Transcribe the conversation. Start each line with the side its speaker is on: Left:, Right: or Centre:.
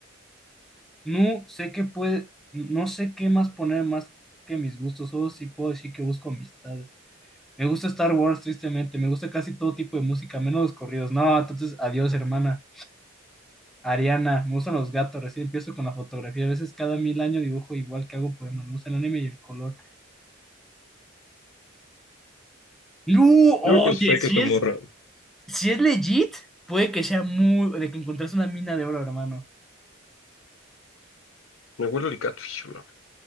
Centre: No sé qué puede, no sé qué más poner más que mis gustos, solo sí puedo decir que busco amistades. Me gusta Star Wars, tristemente, me gusta casi todo tipo de música, menos los corridos. No, entonces, adiós, hermana. Ariana, me gustan los gatos, recién empiezo con la fotografía. A veces cada mil años dibujo igual que hago poemas, me gusta el anime y el color. No, oye,
Left: Yo creo que es fake
Centre: si
Left: esta
Centre: es,
Left: morra.
Centre: si es legit, puede que sea muy, de que encontrés una mina de oro, hermano.
Left: Me huele el catfish, bro.